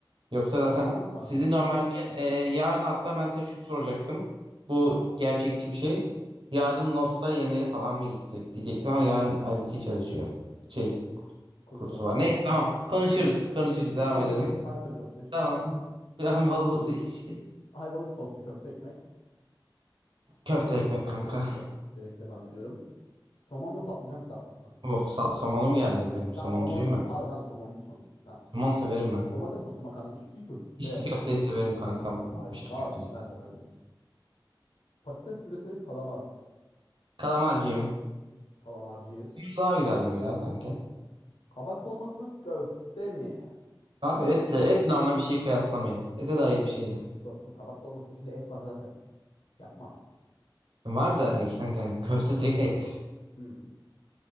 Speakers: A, on the right; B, on the left.
A: Yoksa zaten
B: Sen mi ısmarladın?
A: sizi normalde e, yarın hatta ben size şunu soracaktım. Bu gerçekçi bir şey. Yarın Lost'a yemeğe falan mı gitsek diyecektim ama yarın Aybüke çalışıyor. Şey
B: Kurs
A: kursu var. Neyse tamam konuşuruz konuşuruz devam
B: Düşünürüz.
A: edelim.
B: Antrikot seçtim.
A: Tamam. Bir an bozuldu iş.
B: Ayvalık tostu köfte ekmek.
A: Köfte ekmek
B: Köfte
A: kanka.
B: ekmek. Direkt devam ediyorum. Somon mu patlıcan kızartması mı?
A: Of sa- somonum geldi benim
B: Sen
A: somoncuyum
B: somoncusun
A: ben.
B: abi sen somoncusun. Sen
A: Somon severim ben.
B: domates soslu makarna içli köfte.
A: İçli köfteyi severim kankam.
B: Oh my
A: İçli
B: god.
A: köfteyi.
B: Ben de ben de. Patates püresi kalamar.
A: Kalamarcıyım.
B: Kalamarcıyız.
A: Daha güzel gibi ya sanki.
B: Kabak dolması mı köfte mi?
A: Abi etle, et nana bir şey kıyaslamayın. Ete dair bir şeydi.
B: Dostum kabak dolmasının içinde et var zaten. Yapma.
A: Var da hani kanka hani köfte direkt et.
B: Hmm.